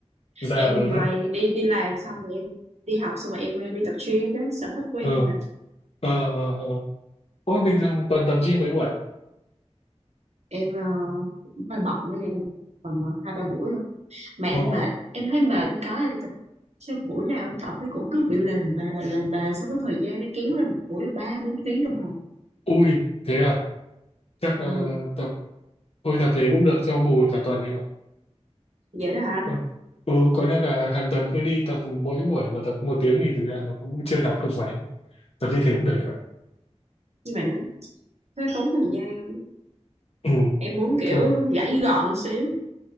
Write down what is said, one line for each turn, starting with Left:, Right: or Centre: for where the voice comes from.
Left: già
Right: em
Left: rồi
Right: thì
Left: đó
Right: ngoài đi đi làm xong rồi em đi học xong rồi em ờ, đi tập gym đó sở thích của
Left: ờ
Right: em mà
Left: ờ ờ ờ. ôi bình thường tuần tập gym mấy buổi
Right: em ờ, cũng hơi bận với em tầm ờ, hai ba buổi thôi mà em
Left: ờ
Right: mệt em thấy mệt như cái là tập sao buổi nào em tập nó cũng cứ bị lềnh mà lềnh mà sau có thời gian nó kéo lên một buổi là ba bốn tiếng đồng hồ
Left: ui thế à chắc là
Right: ừ,
Left: tập thôi tập thế cũng được cho bù cả tuần em ạ
Right: vậy đó hả anh
Left: Còn- ừ có nên là hàng tuần cứ đi tập mỗi buổi mà tập có một tiếng thì thực ra nó cũng chưa đọc được mấy tập như thế cũng được em ạ
Right: nhưng mà nó nó tốn thời gian
Left: ừ
Right: em muốn kiểu
Left: không ạ.
Right: gãy gọn xíu